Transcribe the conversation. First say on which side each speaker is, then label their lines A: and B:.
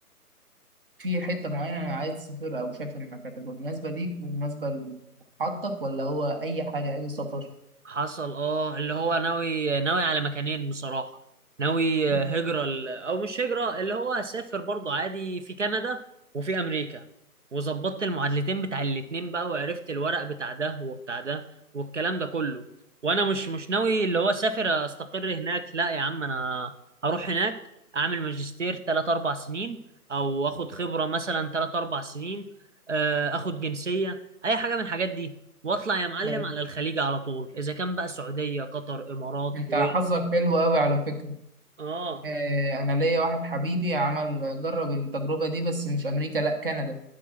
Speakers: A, on the right; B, on the right.
A: في حتة معينة أنا عايز أسافرها أو شايف إنك هتبقى مناسبة ليك ومناسبة لمحطتك ولا هو أي حاجة أي سفر
B: حصل اه اللي هو ناوي ناوي على مكانين بصراحة ناوي
A: <laughs>
B: آه، هجرة ال- او مش هجرة اللي هو هسافر برضو عادي في كندا وفي امريكا وظبطت المعادلتين بتاع الاتنين بقى وعرفت الورق بتاع ده وبتاع ده والكلام ده كله وانا مش مش ناوي اللي هو اسافر استقر هناك لا يا عم انا هروح هناك اعمل ماجستير 3 4 سنين او اخد خبرة مثلا 3 4 سنين آه، اخد جنسية اي حاجة من الحاجات دي واطلع يا معلم
A: ده
B: على الخليج على طول اذا كان بقى سعوديه قطر امارات
A: أنت
B: كويت
A: حظك حلو أوي على فكرة
B: اه
A: آه، انا ليا واحد حبيبي عمل جرب التجربه دي بس مش امريكا لا كندا